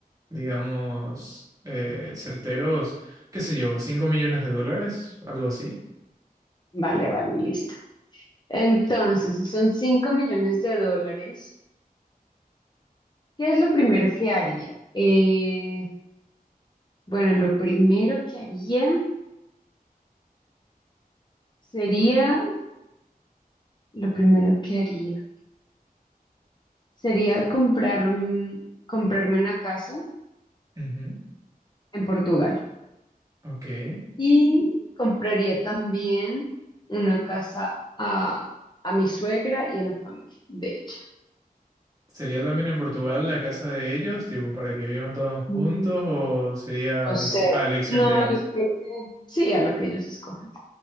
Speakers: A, on the right; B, on the left.
A: digamos, eh, certeros, qué sé yo, 5 millones de dólares, algo así.
B: Vale, vale, listo. Entonces, si son 5 millones de dólares, ¿qué es lo primero que haría? Eh, bueno, lo primero que haría sería, lo primero que haría sería comprar, mm, comprarme una casa
A: Ujú,
B: en Portugal.
A: Ok.
B: Y compraría también una casa a, a mi suegra y a la familia de ella.
A: ¿Sería también en Portugal la casa de ellos, tipo, para que vivan todos juntos
B: Mm,
A: o sería
B: No
A: a elecci-
B: sé.
A: a elección
B: No,
A: de ellos?
B: yo creo que sí, a lo que ellos escojan.